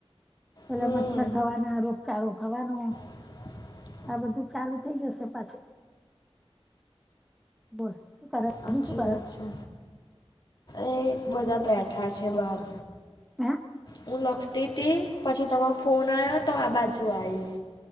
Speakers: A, in the centre; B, on the left (about 45°).
A: પેલા
B: હમ
A: મચ્છર થવાના ર. ગુંભાવનો.
B: <inaudible>
A: આ બધું ચાલુ. થઈ જશે પાછી બોલ શું કરે.
B: સાચચછી
A: બીજું શું કરે
B: વાત છે એ બધા બેઠા છે બાર.
A: હ.
B: હું લખતી હતી પછી તરો ફોન આવ્યો તો આ બાજુ આવી.